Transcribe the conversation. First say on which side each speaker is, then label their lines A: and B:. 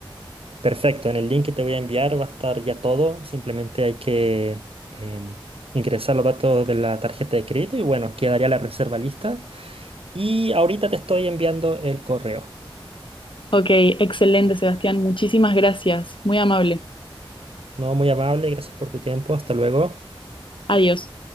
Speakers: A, on the right; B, on the left.
A: perfecto. En el link que te voy a enviar va a estar ya todo. Simplemente hay que em, ingresar los datos de la tarjeta de crédito y bueno, quedaría la reserva lista. Y ahorita te estoy enviando el correo.
B: Ok, excelente, Sebastián. Muchísimas gracias. Muy amable.
A: No, muy amable, gracias por tu tiempo. Hasta luego.
B: Adiós.